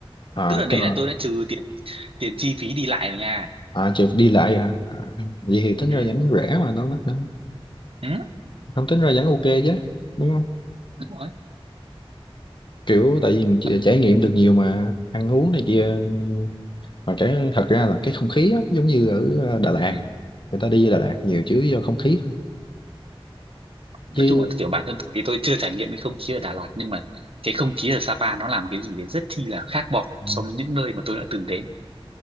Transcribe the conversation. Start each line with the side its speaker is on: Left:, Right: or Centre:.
Left: à
Right: tức là đấy
Left: cho
Right: là tôi đã trừ tiền tiền chi phí đi lại rồi nha
Left: à chịu đi lại hả à, vậy thì tính ra
Right: ừ,
Left: vẫn rẻ mà đâu mắc đâu
Right: ừ
Left: không tính ra vẫn ok chứ đúng không
Right: đúng rồi
Left: kiểu tại vì mình chỉ-
Right: Nói chung
Left: trải
Right: là-
Left: nghiệm được nhiều mà ăn uống này kia mà cái thật ra là cái không khí á, giống như ở ờ, Đà Lạt
Right: ừ.
Left: người ta đi Đà Lạt nhiều chứ do không khí thôi
Right: nói
Left: chứ
Right: chung là kiểu bản thân tôi thì tôi chưa trải nghiệm cái không khí ở Đà Lạt nhưng mà cái không khí ở Sapa nó làm cái gì đấy rất chi là khác bọt
Left: ừ,
Right: so với những nơi mà tôi đã từng đến